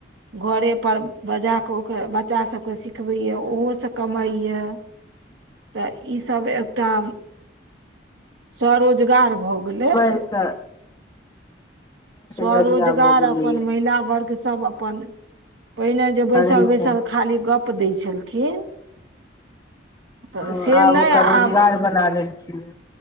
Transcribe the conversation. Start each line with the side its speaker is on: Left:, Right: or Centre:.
Right: घरे पर बजा कऽ ओकर बच्चा सबके सिखबै ये ओहो सऽ कमाइ ये। तऽ ईसभ एकटा। स्वरोजगार भऽ गेलै
Left: अच्छा
Right: स्वरोजगार
Left: जरिया भऽ
Right: अपन
Left: गेलैए
Right: महिला वर्ग सब अप अपन पहिने जे बैसल
Left: करै
Right: बैसल
Left: छै
Right: खाली गप्प दै छलखिन तऽ
Left: हँ
Right: से
Left: आब
Right: नय
Left: ओकर
Right: आब
Left: रोजगार बना लेलखिन हें